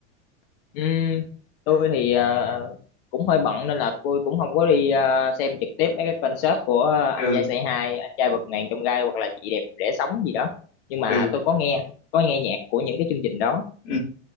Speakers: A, on the left (about 55°); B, on the left (about 85°).
A: Ừm, tôi thì ờ, cũng hơi bận nên là tôi cũng không có đi ờ, xem trực tiếp mấy cái concert của ờ, anh
B: Ừ,
A: trai Say Hi, anh trai vượt ngàn chông gai hoặc là chị đẹp để sống gì đó. Nhưng mà
B: ừ,
A: tôi có nghe, có nghe nhạc của những cái chương trình đó.
B: ừ.